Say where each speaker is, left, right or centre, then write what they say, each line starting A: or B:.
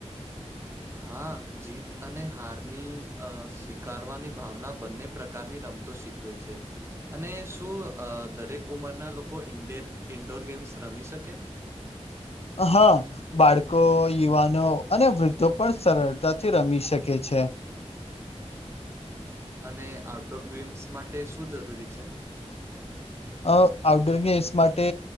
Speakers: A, on the right; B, on the left.
A: હા જીત અને હારની અ સ્વીકારવાની ભાવના બંને પ્રકારની રમતો શીખ છે અને શું દરેક ઉંમરના લોકો ઇન્ડેર ઇન્ડોર ગેમ્સ રમી શકે?
B: હા બાળકો, યુવાનો અને વૃદ્ધો પણ સરળતાથી રમી શકે છે
A: અને આઉટડોર ગેમ્સ માટે શું જરૂરી છે?
B: અ આઉડોર ગેસ માટે